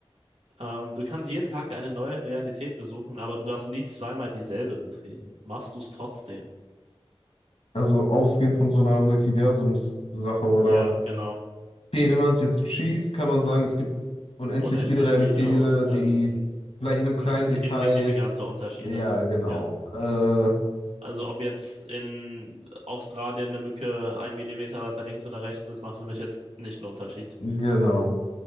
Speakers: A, on the right (about 75°); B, on the left (about 80°).
A: Ähm, du kannst jeden Tag eine neue Realität besuchen, aber du darfst nie zweimal dieselbe betreten. Machst du es trotzdem?
B: Also ausgehend von so einer Multiversumssache oder.
A: Ja, genau.
B: Okay, wenn man es jetzt schießt, kann man sagen, es gibt unendlich
A: Unendlich
B: viele Realitäten,
A: viele und dann
B: die vielleicht in einem kleinen
A: gibt es
B: Detail.
A: insignifikante Unterschiede.
B: Ja, genau.
A: Ja,
B: Äh,
A: also ob jetzt in Australien eine Mücke ein Millimeter weiter links oder rechts ist, macht für mich jetzt nicht einen Unterschied.
B: genau.